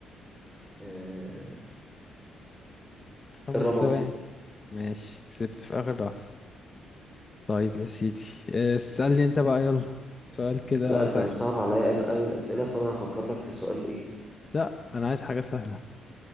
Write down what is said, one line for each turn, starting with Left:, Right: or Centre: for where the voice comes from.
Centre: آه،
Left: خمس
Centre: الرمادي
Left: ثواني ماشي كسبت في آخر لحظة طيب يا سيدي آه، اسألني انت بقى يلا سؤال كده
Centre: لا انت
Left: سهل
Centre: بتصعب عليا قوي الاسئله فانا هفكر لك في سؤال ايه
Left: لا انا عايز حاجة سهلة